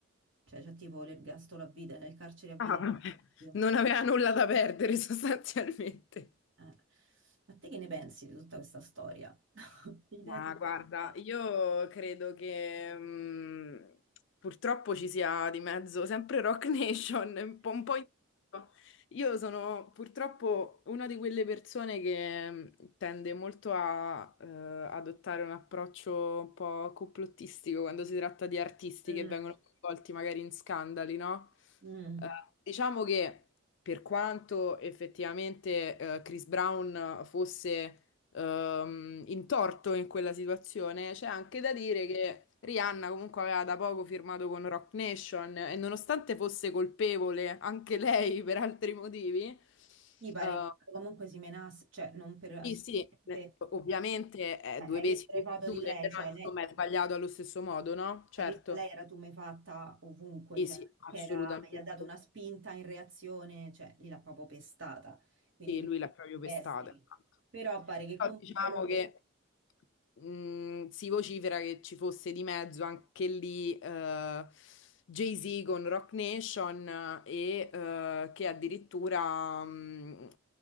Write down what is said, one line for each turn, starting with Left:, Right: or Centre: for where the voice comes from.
Right: cioè, c'è tipo l'ergastolo a vita, nel carcere a vita.
Left: Ah, vabbè.
Right: Dio.
Left: Non aveva nulla da perdere <laughs> sostanzialmente.
Right: Eh. Ma te che ne pensi di tutta questa storia? <laughs> Che idea
Left: Ma
Right: ti sei
Left: guarda,
Right: fatta?
Left: io credo che mm, purtroppo ci sia di mezzo sempre Rock <laughs> Nation, un po', un po' in- Io sono purtroppo una di quelle persone che mm, tende molto a eh, adottare un approccio un po' complottistico quando si tratta di artisti
Right: Mm,
Left: che vengono coinvolti magari in scandali, no?
Right: mm.
Left: Eh, diciamo che per quanto effettivamente eh, Chris Brown fosse ehm, in torto in quella situazione, c'è anche da dire che Rihanna comunque aveva da poco firmato con Rock Nation e nonostante fosse colpevole anche lei <laughs> per altri motivi,
Right: Ti pare
Left: eh,
Right: che comunque si menasse, cioè non per assolutamente...
Left: sì, sì, eh, ovviamente
Right: cioè,
Left: è
Right: eh,
Left: due
Right: hai
Left: pesi
Right: visto
Left: e due
Right: le foto
Left: misure,
Right: di lei,
Left: però
Right: cioè
Left: insomma
Right: lei,
Left: è sbagliato allo stesso modo, no? Certo,
Right: hai visto lei era tumefatta ovunque,
Left: sì,
Right: cioè
Left: sì,
Right: che
Left: assolutamente.
Right: era- gli ha dato una spinta in reazione, cioè lì l'ha proprio pestata, quindi
Left: Sì,
Right: lui
Left: lui l'ha proprio
Right: la
Left: pestata.
Right: bestia.
Left: esatto.
Right: Però pare che
Left: Però
Right: comunque
Left: diciamo
Right: loro...
Left: che mh, si vocifera che ci fosse di mezzo anche lì eh, Jay-Z con Rock Nation eh, e eh, che addirittura mh,